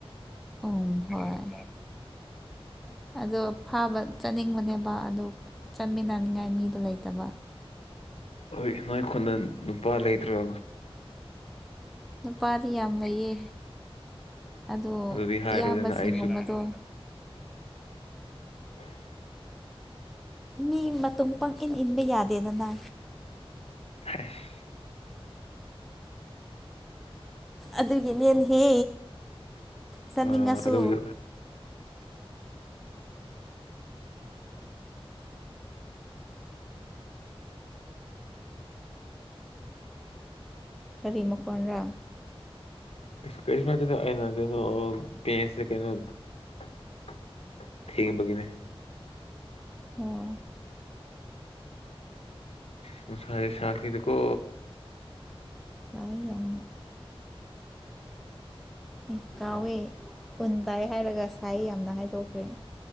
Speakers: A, in the centre; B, on the left.
A: ꯎꯝ ꯍꯣꯏ ꯍꯣꯏ ꯑꯗꯣ ꯐꯥꯕ ꯆꯠꯅꯤꯡꯕꯅꯦꯕ ꯑꯗꯨ ꯆꯠꯃꯤꯟꯅꯅꯤꯡꯉꯥꯏ ꯃꯤꯗꯣ ꯂꯩꯇꯕ
B: ꯍꯣꯏ ꯅꯣꯏ ꯈꯨꯅꯗ ꯅꯨꯄꯥ ꯂꯩꯇ꯭ꯔꯣ
A: ꯅꯨꯄꯥꯗꯤ ꯌꯥꯝ ꯂꯩꯌꯦ ꯑꯗꯣ
B: ꯑꯗꯨꯗꯤ ꯍꯥꯏꯔꯣꯗꯅ
A: ꯏꯌꯥꯝꯕꯁꯤꯡꯒꯨꯝꯕꯗꯣ
B: ꯑꯩꯁꯨ <inaudible>
A: ꯃꯤ ꯃꯇꯨꯡ ꯄꯪꯏꯟ ꯏꯟꯕ ꯌꯥꯗꯦꯗꯅ
B: <unintelligible>
A: ꯑꯗꯨꯒꯤꯅꯤꯅꯍꯦ ꯆꯠꯅꯤꯡꯉꯁꯨ
B: ꯑꯥ ꯑꯗꯨꯒꯤ
A: ꯀꯔꯤ ꯃꯈꯣꯟꯔ
B: <unintelligible> ꯊꯦꯡꯕꯒꯤꯅꯦ
A: ꯑꯣ
B: ꯅꯨꯡꯁꯥꯁꯤ ꯁꯥꯈꯔꯦꯗꯀꯣ
A: ꯌꯥꯥꯏ ꯌꯥꯝꯅ ꯑꯦ ꯀꯥꯎꯋꯦ ꯄꯨꯟ ꯄꯥꯏ ꯍꯥꯏꯔꯒ ꯁꯥꯏꯌꯦ ꯌꯥꯝꯅ ꯍꯥꯏꯗꯣꯛꯈ꯭ꯔꯦ